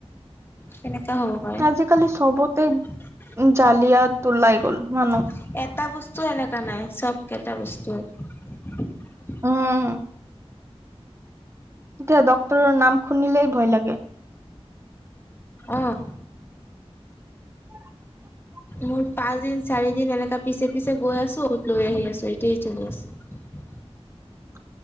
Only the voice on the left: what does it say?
কেনেকা হ'ব পাৰে।
এটা বস্তু এনেকা নাই চবক এটা বস্তু <unintelligible>
আহ।
মোৰ পাঁচ দিন চাৰি দিন এনেকা পিছে পিছে গৈ আছো ঔষধ লৈ আহি আছো এটোৱে চলি আছে।